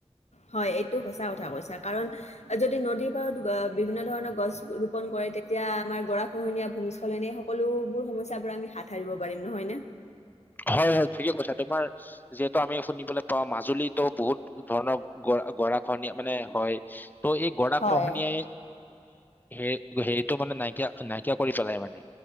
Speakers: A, on the left; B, on the left.
A: হয় এইটো সঁচা কথা কৈছা কাৰণ যদি। দি নদীৰ পাৰ বিভিন্ন ধৰণৰ গছ ৰোপন কৰে তেতিয়া আমাৰ গৰা খহনীয়া ভূমিস্খলন এই সকলোবোৰ সমস্যা পৰা আমি হাত সাৰিব পাৰিম। নহয় নে?
B: হয় হয় ঠিকে কৈছা তোমাৰ যিহেতু আমি শুনিবলৈ পাও মাজুলীতো বহুত ধৰণৰ গ গৰাখনীয়া মানে হয় ত এই গৰা
A: হয়,
B: খহনীয়াই, হে হেৰিটো মানে নাইকিয়া নাইকিয়া কৰি পেলাই মানে